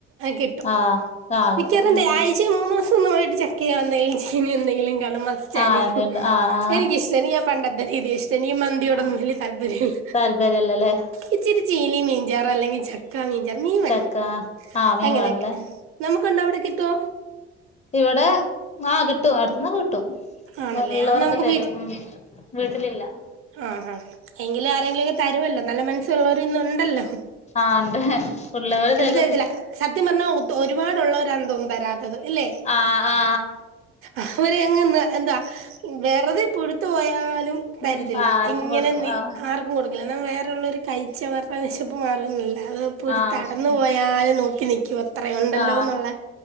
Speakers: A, on the right (about 40°); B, on the left (about 20°).
A: കിട്ടും.
B: ആഹ് ആഹ് ആഹ്
A: മിക്ക
B: കിട്ടും
A: <unintelligible>
B: ഉം
A: ച്ചി മൂന്നോസം ഒന്ന് പോയിട്ട് ചെക്ക് ചെയ്യാവുന്ന. ഇൻ സുലിൻ എന്തെങ്കിലും കാണും മസ്റ്റായിരിക്കും.
B: ആഹ് എന്തേണ്ട് ആഹ്
A: എനിക്കിഷ്ടല്ല. നിക്ക് ആഹ് പണ്ടത്തെ രീതിയാ ഇഷ് സെനി മന്തിയോടൊന്നും
B: ആഹ്
A: വല്യ താല്പര്യല്ല.
B: താല്പര്യല്ലല്ലേ
A: ഇച്ചിരി ചീനി, മീഞ്ചാറ് അല്ലെങ്കി ചട് ക്ക മീൻചാർ. മീൻ വേണം
B: ചക്ക ആഹ് മീൻ
A: അങ്ങനെയൊക്കെ.
B: വേണല്ലേ
A: നമുക്ക് എന്ത വിടെ കിട്ടോ.
B: ഇവടെ ആഹ് കിട്ടും അടുത്തിന്നൊക്കെ കിട്ടും.
A: ആണല്ലേ
B: ഉള്ളവരക്കെ
A: നമുക്ക്
B: തരും ഉം വീട്ടിലില്ല.
A: ആഹ് ഹ എങ്കിലും ആരെങ്കിലൊക്കെ തരുവല്ലോ. നല്ല മനസ്സുള്ളവര് ഇന്ന് ഉണ്ടല്ലോ.
B: ആഹ് ണ്ട് ഉള്ളവർ തരു.
A: <unintelligible> സത്യം പറഞ്ഞാൽ ഒരുപാടുള്ളവർ ആണെന്ന് തോന്നുന്നു തരാത്തത് ഇല്ലേ.
B: ആ ആ
A: അവരെ എങ്ങ്ന്ന്. വെറുതെ പുഴുത്തു പോയാലും തരത്തില്ല.
B: ഉം ആർക്കും
A: ഇങ്ങനെ
B: കൊടുക്കും
A: നി
B: ആ
A: ആർക്കും കൊടുക് കില്ല. ന്നാ വേറെള്ളോരു കഴിച്ച് അവർടെ വിശപ്പ് മാറൊന്നില്ല. അത് പുഴുത്തടന്നു
B: ആ വിശക്കും
A: പോയാലും നോക്കി നിക്ക്യുവ ത്രയുണ്ടല്ലോ
B: ആ
A: ന്നുള്ള